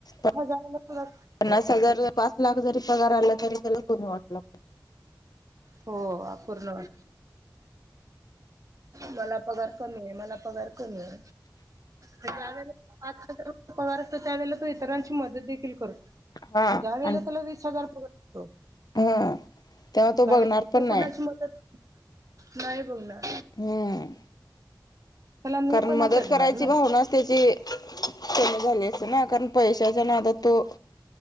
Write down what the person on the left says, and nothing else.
पन्नास
हजार पाच लाख जरी पगार आला तरी त्याला कमी वाटला.
हा
आणि
हा तेव्हा बघणार
पण
नाही
हम्.
कारण
मदत
करायची
भावनाच त्याची. कमी झालीच ना कारण पैशाच्या नादात तो